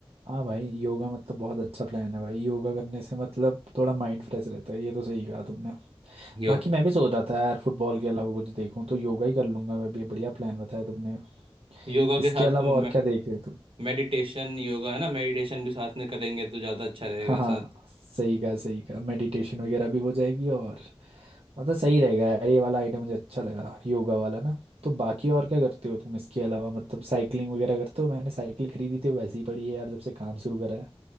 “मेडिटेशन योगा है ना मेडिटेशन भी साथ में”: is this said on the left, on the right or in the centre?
Right